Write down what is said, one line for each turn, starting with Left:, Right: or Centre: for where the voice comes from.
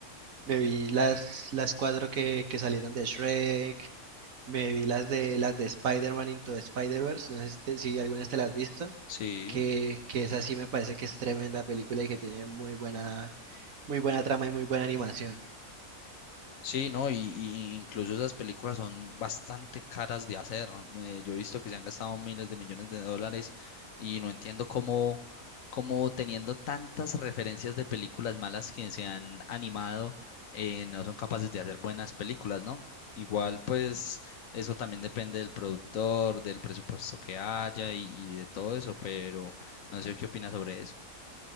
Right: me vi las, las cuatro que, que salieron de Shrek, me vi las de las de Spider-Man Into the Spider-Verse, no sé si, te- si algunas te las has visto,
Left: Sí,
Right: que, que esa sí me parece que es tremenda película y que tiene muy buena, muy buena trama y muy buena animación.
Left: sí, no, y, y incluso esas películas son bastante caras de hacer. ¿no? Eh, yo he visto que se han gastado miles de millones de dólares y no entiendo cómo, cómo teniendo tantas referencias de películas malas que se han animado, eh, no son capaces de hacer buenas películas, ¿no? Igual, pues, eso también depende del productor, del presupuesto que haya y, y de todo eso, pero no sé qué opinas sobre eso.